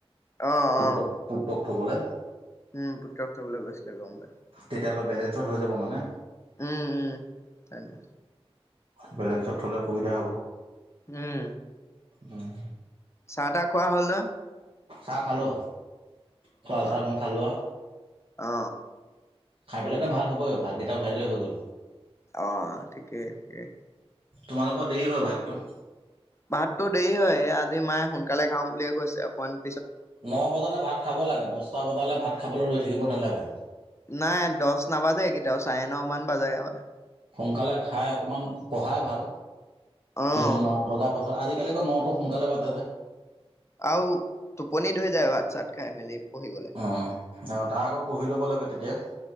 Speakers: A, on the left; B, on the right.
A: অহ
B: পুতক
A: অহ।
B: পুতক থবলে।
A: উম পুত্ৰক থবলৈ গৈছিলে গম পাই।
B: তেতিয়া অলপ বেলেঞ্চত হৈ যাব মানে।
A: উম উম হয়।
B: বেলেঞ্চত থলে সুবিধা হ'ব।
A: উম,
B: উম্।
A: চাহ তাহ খোৱা হ'ল ন।
B: চাহ খালো, খুৱা চাহ
A: অ',
B: মই খালো আও।
A: অ।
B: খাই পেলাই এটা ভাত হ'বই ভাতকেইটা উঠাই লৈ হৈ গ'ল।
A: অ ঠিকেই কেই।
B: তোমালোকৰ দেৰি হয় ভাতটো?
A: ভাততো দেৰি হয় আজি মায়ে সোনকালে খাাম বুলিয়ে কৈছে অকন।
B: ন বজালে ভাত খাব লাগে, দছটা বজালে ভাত খাবলে ৰৈ থাকিব নালাগে।
A: নাই দহ নাবাজে কেতিয়াও চাৰে ন মান বাজে হলে।
B: সোনকালে খাই অকণমান পঢ়াই ভাল,
A: অ',
B: কিন্তু ন বজাৰ পাছত আজি একেলগে নতো সোনকালে পা যে।
A: আৰু, টোপনিত হৈ যায় ভাত চাত খাই মেলি। পঢ়িবলৈ
B: অ অ তাৰ আগত পঢ়ি ল'ব লাগে তেতিয়া।